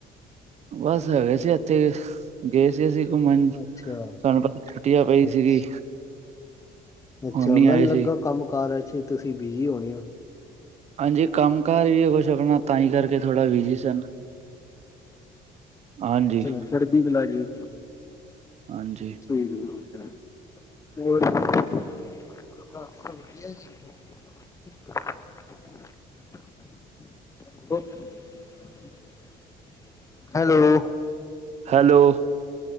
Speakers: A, on the right; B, on the left.
A: ਬਸ ਹੈਗੇ ਸੀ ਇੱਥੇ। ਗਏ ਸੀ ਅਸੀਂ ਘੁੰਮਣ ਤੁਹਾਨੂੰ
B: ਅੱਛਾ
A: ਪਤਾ ਛੁੱਟੀਆਂ ਪਈ
B: ਅੱਛ
A: ਸੀਗੀ।
B: ਅੱਛਾ
A: ਹੁਣ ਨੀ
B: ਮੈਨੂੰ
A: ਆਏ
B: ਲੱਗਾ
A: ਸੀ
B: ਕੰਮ ਕਾਰ ਚ ਤੁਸੀਂ ਬਿਜੀ ਹੋਣੇ ਹੋ।
A: ਹਾਂਜੀ ਕੰਮ ਕਾਰ ਵੀ ਹੈ ਕੁਛ ਆਪਣਾ ਤਾਂ ਹੀ ਕਰਕੇ ਥੋੜਾ ਬਿਜੀ ਸਨ। ਹਾਂਜੀ
B: ਚੜਦੀ ਕਲਾ ਜੀ।
A: ਹਾਂਜੀ
B: ਹੋਰ? ਹੋਰ ਈ ਵਣ ਨੇ। ਹੈਲੋ!
A: ਹੈਲੋ!